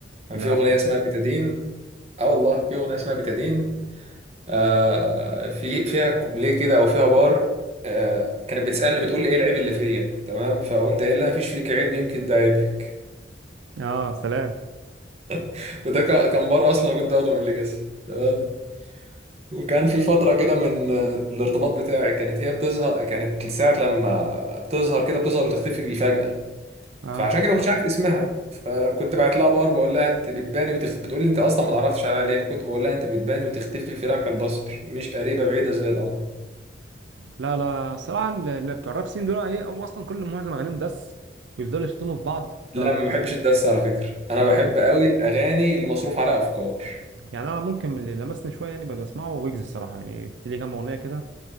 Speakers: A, on the right; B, on the right.
A: كان
B: لا
A: في اغنيه
B: كان-
A: اسمها بيتادين اه والله في اغنيه اسمها بيتادين آه، في فيها كوبليه كده او فيها بار آه، كانت بتسالني بتقول لي ايه العيب اللي فيا تمام فقمت قايل لها مفيش فيك عيب يمكن ده عيبك
B: اه سلام
A: <laughs> وده كا- كان بار اصلا أنا كنت اخده من ليجاسي تمام وكان في فتره كده من آه، الارتباط بتاعي كانت هي بتظهر كانت ساعه لما بتظهر كده بتظهر وتختفي بيه فجاه
B: اه
A: فعشان كده ما كنتش عارف اسمها فكنت بعت لها بار بقول لها انت بتباني وتختفي بتقول لي انت اصلا ما تعرفش عليها ليه فكنت بقول لها انت بتباني وتختفي في لمح البصر مش قريبه بعيده زي القمر
B: لا لا صراحة ال- ال- بتوع الراب سين دول ايه هم اصلا كل معظم اغانيهم دس ويفضلوا يشتموا في بعض ف
A: لا ما بحبش الدس على فكرة انا
B: لا
A: بحب قوي الاغاني اللي مصروف عليها افكار
B: يعني انا ممكن من اللي لمسني شويه يعني بسمعه ويجز الصراحه يعني في ليه كام اغنيه كده